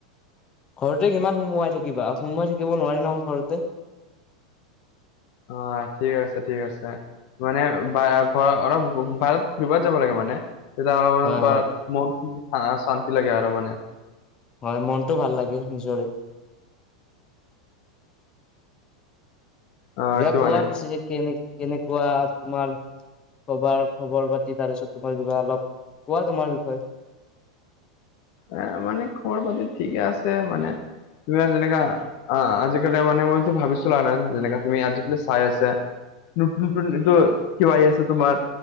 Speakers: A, on the left; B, on the left.
A: ঘৰতে কিমান সোমোৱাই থাকিবা সোমোৱাই থাকিব নোৱাৰি নহয় ঘৰতে
B: অ ঠিক আছে ঠিক আছে মানে বি ঘ অলপ বাহিৰত ঘূৰিব যাব লাগে মানে তেতিয়া অলপমান
A: হয়, হয়,
B: মন শান্তি লাগে আৰু মানে
A: হয় মনটো ভাল লাগে নিজৰে
B: অ
A: দিয়া
B: সেইটো
A: কোৱা
B: মানে।
A: পিছে কেনে কেনেকুৱা তোমাৰ খবৰ খবৰ পাতি তাৰ পিছত তোমাৰ কিবা অলপ কোৱা তোমাৰ বিষয়ে।
B: এ মানে খবৰ পাতি ঠিকে আছে মানে তুমাৰ যেনেকা আহ আজিকালি মানে মইতো ভাবিছো আনন যেনেকা তুমি আজিকালি চাই আছা। নতুন নতুন এটো কিবা আহি আছে তোমাৰ